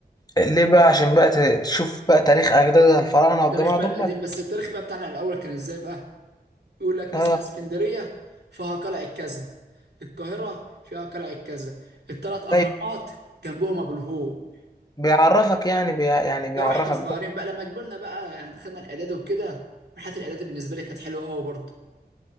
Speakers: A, on the left; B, on the right.
A: ليه بقى عشان بقى ت- تشوف بقى تاريخ اجداد الفراعنة
B: التاريخ
A: والجماعة
B: بقى
A: دول
B: القديم بس التاريخ بقى بتاعنا الاول كان ازاي بقى يقول لك مثلا
A: اه
B: اسكندريه فيها قلعه كذا القاهره فيها قلعه كذا الثلاث اهرامات
A: طيب
B: جنبهم ابو الهول
A: بيعرفك يعني بي يعني بيعرفك
B: لو احنا صغيرين
A: بقى
B: بقى لما كبرنا بقى يعني خدنا الاعداد وكده مرحله الاعداد بالنسبه لي كانت حلوه قوي برضو